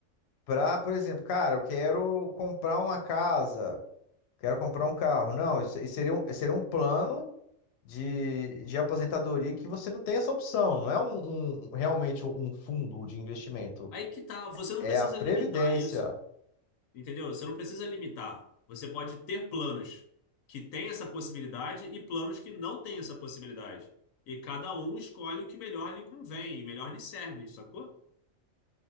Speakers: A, on the left; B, on the left.
A: para, por exemplo, cara, eu quero comprar uma casa, quero comprar um carro. Não, isso, isso seria um, isso seria um plano de, de aposentadoria que você não tem essa opção, não é um, um- realmente um fundo de investimento,
B: Aí que tá, você não
A: é
B: precisa
A: a previdência.
B: limitar isso, entendeu? Você não precisa limitar. Você pode ter planos que têm essa possibilidade e planos que não têm essa possibilidade. E cada um escolhe o que melhor lhe convém, melhor lhe serve, sacou?